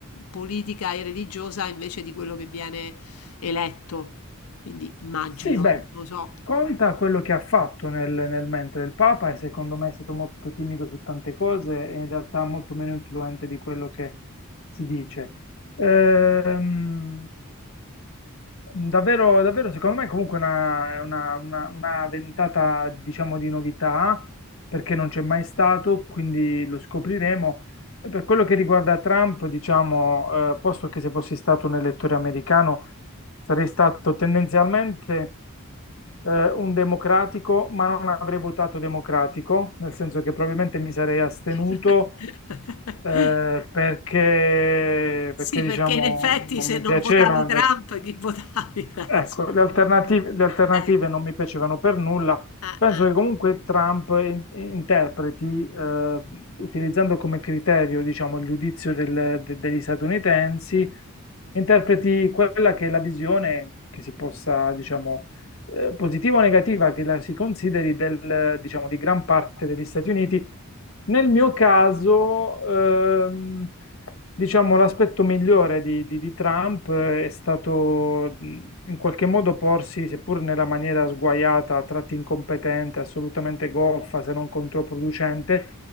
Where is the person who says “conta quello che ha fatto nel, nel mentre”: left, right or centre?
Left